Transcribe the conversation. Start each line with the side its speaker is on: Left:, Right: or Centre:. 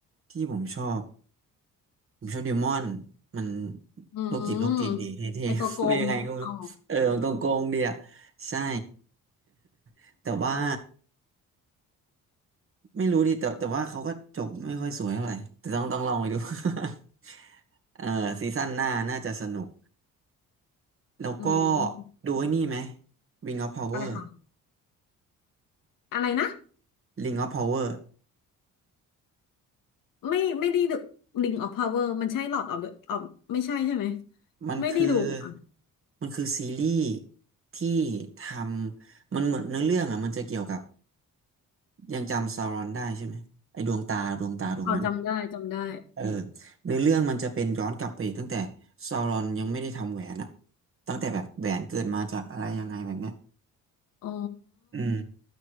Right: ที่ผมชอบผมชอบเดมอนมัน
Left: อืม
Right: โรคจิตโรคจิตดีเท่ๆ
Left: ไอตัวโกงอ๋อ
Right: <laughs> ไม่ยังไงก็ไม่รู้เออมันโกงๆดีอ่ะใช่ <laughs> แต่ว่าไม่รู้ดิแต่แต่ว่าเขาก็จบไม่ค่อยสวยเท่าไหร่แต่ต้องต้องลองไปดู <laughs> เออซีซั่นหน้าน่าจะสนุก แล้วก็
Left: อืม
Right: ดูไอ้นี่ไหม Ring of Power
Left: อะไรค่ะอะไรนะ
Right: Ring of Power
Left: ไม่ไม่ได้ดู Ring of Power มันใช่ Lord of the of ไม่ใช่ใช่ไหม
Right: มันคือ
Left: ไม่ได้ดูค่ะ
Right: มันคือซีรีส์ที่ทำมันเหมือนเนื้อเรื่องอ่ะมันจะเกี่ยวกับยังจำซารอนได้ใช่ไหมไอ้ดวงตาดวงตาดวงนั้นอะ
Left: อ๋อจำได้จำได้
Right: เออเนื้อเรื่องมันจะเป็นย้อนกลับไปอีกตั้งแต่ซารอนยังไม่ได้ทำแหวนอะตั้งแต่แบบแหวนเกิดมาจากอะไรยังไงแบบเนี้ย
Left: อ๋อ
Right: อืม